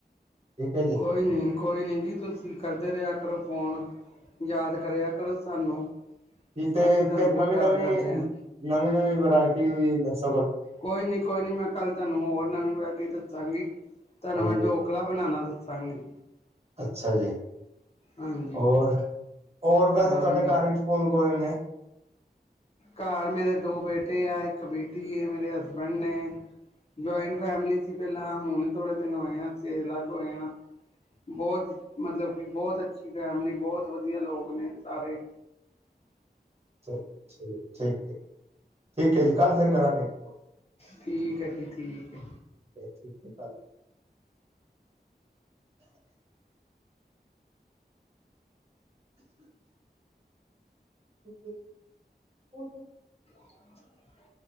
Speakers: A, on the right (about 35°); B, on the left (about 35°).
A: ਠੀਕ ਹੈ ਜੀ
B: ਕੋਈ ਨੀ ਕੋਈ ਨੀ ਜੀ ਤੁਸੀਂ ਕਰਦੇ ਰਿਹਾ ਕਰੋ ਫੋਨ ਯਾਦ ਕਰਿਆ ਕਰੋ ਸਾਨੂੰ
A: ਤੇ
B: ਅਸੀਂ ਤੁਹਾਨੂੰ
A: ਫੇਰ
B: ਬਹੁਤ
A: ਨਵੀਂ
B: ਯਾਦ
A: ਨਵੀਂ
B: ਕਰਦੇ ਆ।
A: ਨਵੀਂ ਨਵੀਂ ਵਰਾਇਟੀ ਵੀ ਦਸ
B: ਕੋਈ ਨੀ ਕੋਈ ਨੀ ਮੈਂ ਕੱਲ ਤੁਹਾਨੂੰ ਹੋਰ ਨਵੀਂ ਵਰਾਇਟੀ ਦੱਸਾਂਗੀ ਤੁਹਾਨੂੰ
A: ਹਾਂਜੀ
B: ਮੈਂ ਡੋਕਲਾ ਬਣਾਉਣਾ ਦੱਸਾਂਗੀ
A: ਅੱਛਾ ਜੀ
B: ਹਾਂਜੀ
A: ਹੋਰ ਹੋਰ ਵੈਸੇ
B: ਹਾਂਜੀ।
A: ਤੁਹਾਡੇ ਘਰ ਵਿਚ ਕੌਣ ਕੋੌਣ ਨੇ
B: ਘਰ ਮੇਰੇ ਦੋ ਬੇਟੇ ਆ ਇੱਕ ਬੇਟੀ ਹੈ ਮੇਰੇ ਹਸਬੈਂਡ ਨੇ ਜੁਆਇੰਟ ਫੈਮਲੀ ਸੀ ਪਹਿਲਾਂ ਹੁਣ ਥੋੜੇ ਦਿਨ ਹੋਏ ਆਸੀ ਅਲੱਗ ਹੋਏ ਆ ਬਹੁਤ ਮਤਲਬ ਕਿ ਬਹੁਤ ਅੱਛੀ ਫੈਮਿਲੀ ਬਹੁਤ ਵਧੀਆ ਲੋਕ ਨੇ ਸਾਰੇ
A: ਚਲ ਠੀਕ ਠੀਕ ਹੈ ਜੀ ਕੱਲ ਫਿਰ
B: ਚਲੋ
A: ਕਰਾਂਗੇ ਕੋਲ
B: ਠੀਕ ਹੈ ਜੀ ਠੀਕ ਹੈ
A: ਠੀਕ ਹੈ <unintelligible>
B: <inaudible>